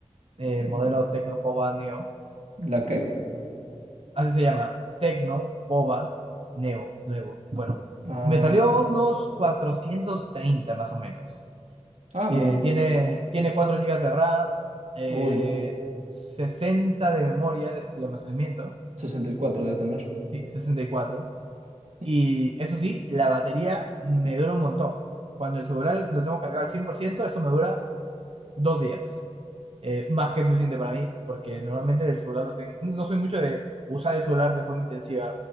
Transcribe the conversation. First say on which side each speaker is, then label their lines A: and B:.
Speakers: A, on the right; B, on the right.
A: eh,
B: un-
A: modelo Tecnopova Neo,
B: ¿La qué?
A: así se llama, Tecno Pova Neo, nuevo. Bueno,
B: Ah,
A: me salió
B: ok.
A: unos 430 más o menos.
B: Ah,
A: Eh,
B: muy...
A: tiene, tiene 4 gigas de RAM, eh,
B: Uy,
A: 60 de memoria de de almacenamiento,
B: 64 debe tener.
A: sí, 64. Y cuatro.
B: <laughs>
A: Y eso sí, la batería me dura un montón. Cuando el celular lo tengo cargado al 100% eso me dura dos días. Eh, más que suficiente para mí, porque normalmente el celular lo tengo. No soy mucho de usar el celular de forma intensiva.